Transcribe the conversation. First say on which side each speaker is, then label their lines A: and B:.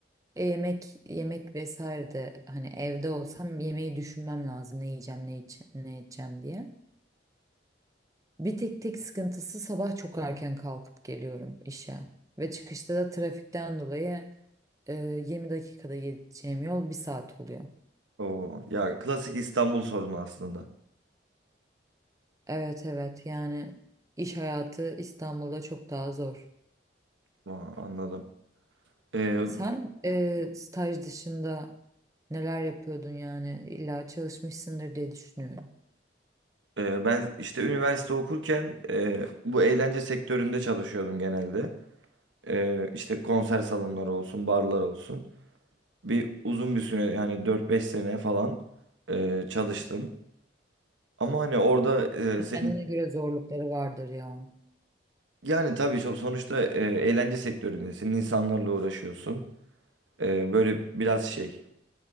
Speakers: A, on the right; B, on the right.
A: E, yemek yemek vesaire de hani evde olsam yemeği düşünmem lazım ne yiyeceğim ne içe- ne edeceğim diye. Bir tek tek sıkıntısı sabah çok erken kalkıp geliyorum işe ve çıkışta da trafikten dolayı e, 20 dakikada gideceğim yol bir saat oluyor.
B: Oo, ya klasik İstanbul sorunu aslında.
A: Evet evet yani iş hayatı İstanbul'da çok daha zor.
B: Aa, anladım. Ee,
A: Sen e, staj dışında neler yapıyordun yani illa çalışmışsındır diye düşünüyorum.
B: e, ben işte üniversite okurken e, bu eğlence sektöründe çalışıyordum genelde. Ee, işte konser salonları olsun, barlar olsun. bir uzun bir süre yani dört beş sene falan e, çalıştım. Ama hani orada e, senin
A: Kendine göre zorlukları vardır ya.
B: yani tabii so- sonuçta e, eğlence sektöründesin, insanlarla uğraşıyorsun. E, böyle biraz şey